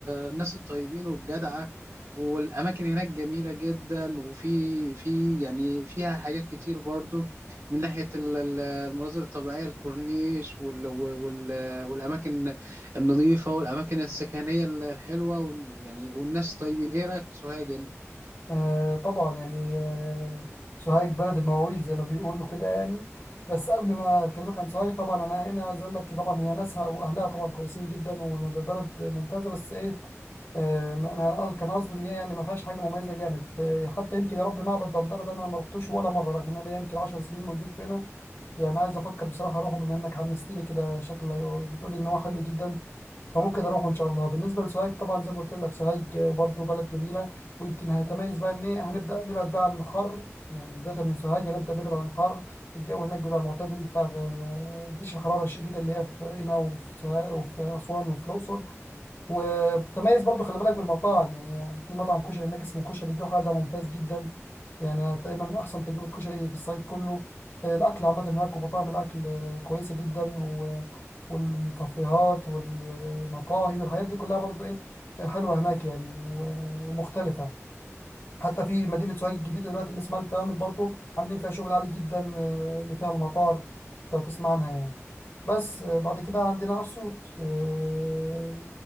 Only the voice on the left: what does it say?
آه طبعا يعني آه سوهاج بلد المواويل زي ما بيقولوا كده يعني بس قبل ما اكلمك عن سوهاج طبعا انا هنا عايز اقول لك طبعا هي ناسها واهلها طبعا كويسين جدا وبلد ممتازه بس ايه آه انا قصد- كان قصدي ان هي يعني ما فيهاش حاجه مميزه جامد آه حتى يمكن يا رب معبد دندره ده انا ما رحتوش ولا مره رغم ان انا يمكن 10 سنين موجود فينا يعني عايز افكر بصراحه اروحه بما انك حمست لي كده شكل بتقولي ان هو حلو جدا فممكن اروحه ان شاء الله بالنسبه لسوهاج طبعا زي ما قلت لك سوهاج برضو بلد جميله ويمكن هتميز بقى ان ايه هنبدا نبعد بقى عن الحر يعني بدايه من سوهاج هنبدا نبعد عن الحر الجو هناك بيبقى معتدل فمفيش الحراره الشديده اللي هي في هنا وفي سوهاج وفي اسوان وفي الاقصر وبتتميز برضو خلي بالك بالمطاعم يعني في مطعم كشري هناك اسمه كشري الجوهرة ده ممتاز جدا يعني تقريبا من أحسن تجربة كشري في الصعيد كله آه، الأكل عامة هناك ومطاعم الأكل آه، كويسة جدا و... والكافيهات والمقاهي والحاجات دي كلها برضو إيه آه، حلوة هناك يعني و... ومختلفة حتى في مدينة سوهاج الجديدة دلوقتي اللي اسمها الكامل برضو عاملين فيها شغل عالي جدا آه، اللي فيها المطار لو تسمع عنها يعني بس آه، بعد كده عندنا أسيوط آه،